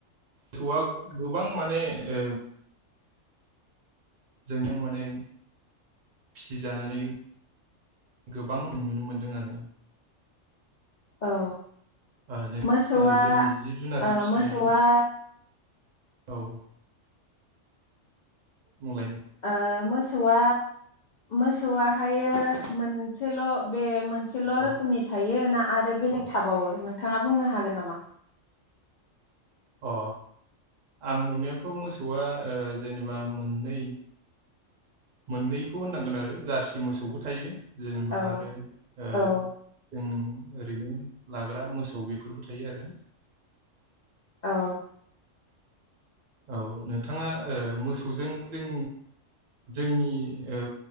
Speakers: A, on the right; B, on the left.
A: थौआ गोबां माने ओ जोंजों माने फिसिजानानै गोबां नुनो मोनदों आरो।
B: औ
A: ओ नों
B: मोसौआ
A: ओ जोंनि जिब जुनारनि
B: ओ
A: फिसिनायनि
B: मोसौआ
A: औ बुंलाय
B: ओ मोसौआ। मोसौआ हायो मोनसेल' बे मोनस सेल'
A: औ
B: रोखोमनि थायो ना। आरो बेलेग थाबावो नोंथाङा बुंनो हागोन नामा?
A: अ आं नुनायावथ' मोसौआ ओ जेनेबा मोननै मोननैखौ होननांगोन आरो जारसि मोसौबो थायो। जेनेबा
B: औ
A: आरो ओ
B: औ
A: जों ओरैनो लाग्रा मोसौ बेफोरबो थायो आरो।
B: औ
A: औ नोंथाङा। ओ मोसौजों जों। जोंनि ओ